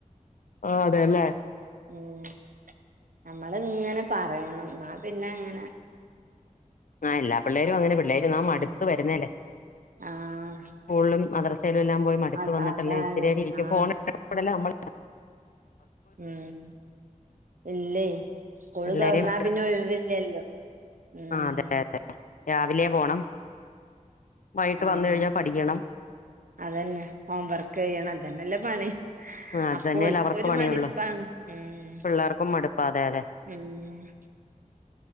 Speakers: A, on the left; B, on the right.
A: ആ അതെയല്ലേ
B: ഉം നമ്മളിങ്ങനെ പറയണം എന്നാ പിന്നെയങ്ങനെ.
A: ആ എല്ലാപിള്ളേരും അങ്ങനെ പിള്ളേരിങ്ങനെ മടുത്ത്
B: ഉം
A: വരുന്നയല്ലേ
B: ആഹ്
A: സ്കൂളിലും മദ്രസയിലും എല്ലാംപോയി മടുത്തുവന്നിട്ടല്ലേ
B: അത് അതാണ്
A: ഇച്ചിയേരം ഇരിക്കും
B: ആഹ്
A: ഫോണ് മ്പഴല്ലേ നമ്മള്
B: ഉം ഇല്ലേ സ്കൂളുതൊറന്നാപിന്നെ
A: പിള്ളേരെയും
B: ഒഴിവില്ലല്ലോ ഉം
A: ആ അതെ രാവിലെ പോണം വൈകിട്ടു
B: ആഹ്
A: വന്നുകഴിഞ്ഞാ പഠിക്കണം
B: അതന്നെ ഹോം വർക്കുചെയ്യണം അതനല്ലേപണി
A: ആ അത്
B: അപ്പൊ
A: തന്നെയല്ലേ
B: ഓരിക്കൊരു
A: അവർക്ക് പണിയുള്ളൂ
B: മടിപ്പാണ് ഉം
A: പിള്ളേർക്കും മടുപ്പാ അതെയതെ
B: ഉം